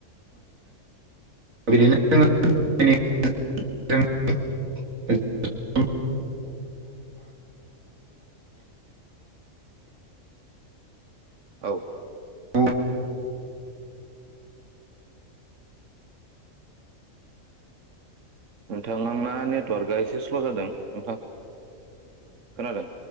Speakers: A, on the right (about 80°); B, on the right (about 65°).
A: बिदिनो <unintelligible>
B: औ।
A: जोङो
B: नोंथांना नेटवार्कआ एसे स्लव जादों नोंथां खोनादों